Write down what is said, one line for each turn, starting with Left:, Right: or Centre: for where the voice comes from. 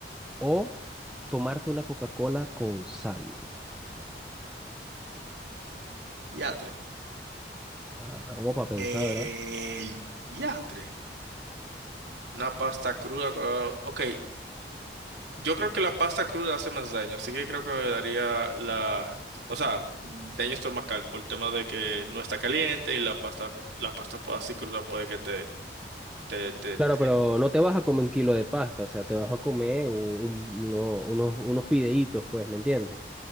Centre: o tomarte una Coca-Cola con sal?
Right: Diatre.
Centre: Ah, está como para pensar,
Right: El
Centre: ¿verdad?
Right: diatre. Una pasta cruda. co- Ok. Yo creo que la pasta cruda hace más daño, así que creo que me daría la, o sea, daño estomacal por el tema de que no está caliente y la pasta, la pasta pu- así cruda puede que te, te, te,
Centre: Claro,
Right: te-
Centre: pero no te vas a comer un kilo de pasta, o sea, te vas a comer un- un- uno- unos, unos fideitos, pues, ¿me entiendes?